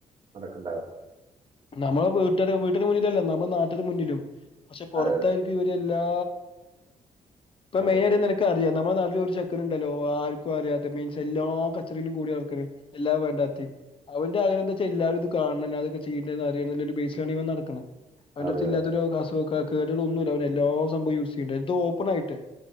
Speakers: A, on the right; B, on the left.
A: നടക്കണ്ടാവുക
B: നമ്മള വീട്ടടെ വീട്ടന്റെ മുന്നിലല്ലേ നമ്മുടെ നാട്ടിരു മുന്നിലും പക്ഷെ പുറത്തായിരിക്കും
A: അതെ
B: ഇവര് എല്ലാ
A: അതെ
B: മെയിനട്ട്നക്ക്
A: അതെ
B: അറിയാം നമ്മടെ നാട്ടി ചെക്കനുണ്ടല്ലോ ആർക്കും അറിയാത്തെ മീൻസ് എല്ലാ കച്ചറയിലും കൂടി നടക്കണ് എല്ലാ വേണ്ടാത്തി അവൻന്റെ ആഗഹം എന്ന് വച്ചാ എല്ലാരും ഇത് കാണണം അതൊ ചെയ്യേണ്ടറിയണം ആ ബേസിലൻ നടക്കണം
A: അതെ
B: അന്റെ അടുത്ത്
A: അതെ
B: ഇല്ലാത്ത ഒരു <unintelligible> ഒന്നുംല്ല എല്ലാ സംഭവ യൂസ് ചെയ്യും എന്തോ ഓപ്പൺ ആയിട്ട്